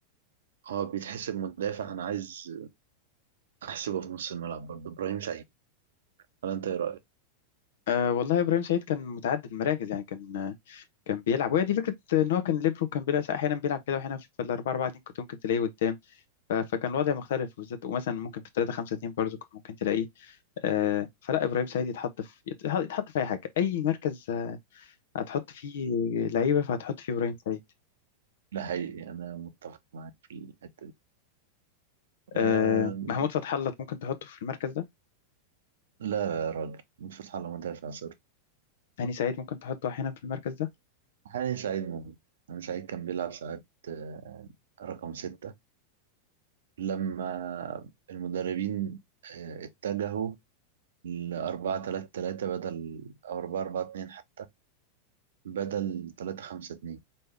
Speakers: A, on the right (about 60°); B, on the left (about 55°).
A: هو بيتحسب مدافع انا عايز احسبه في نص الملعب برضه ابراهيم سعيد ولا انت ايه رايك؟
B: أه والله إبراهيم سعيد كان متعدد المراكز يعني كان آه، كان بيلعب وهي دي فكرة إن هو كان ليبرو كان بيلعب أحيانا بيلعب كده وأحيانا في الأربعة أربعة اتنين كنت ممكن تلاقيه قدام ف- فكان الوضع مختلف وبالذات ومثلا ممكن في 3 5 2 برضه كنت ممكن تلاقيه آه، فلا ابراهيم سعيد يتحط في يتح- يتحط في اي حاجه اي مركز آه، هتحط فيه لعيبه فهتحط فيه ابراهيم سعيد
A: ده حقيقي أنا متفق معاك في الحتة دي
B: آه،
A: أم...
B: محمود فتح الله ممكن تحطه في المركز ده
A: لا يا راجل فتحي الله مدافع صفر
B: هاني سعيد ممكن تحطه احيانا في المركز ده
A: حاليا سعيد ممكن أنا سعيد كان بيلعب ساعات آه، رقم ستة لما المدربين آه، اتجهوا لأربعة تلاتة تلاتة بدل أو أربعة أربعة اتنين حتى بدل تلاتة خمسة اتنين